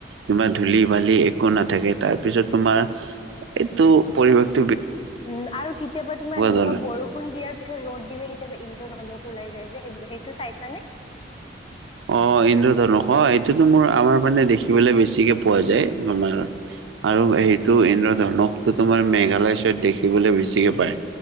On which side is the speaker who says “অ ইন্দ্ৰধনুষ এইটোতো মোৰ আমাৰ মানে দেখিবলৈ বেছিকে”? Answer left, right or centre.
Right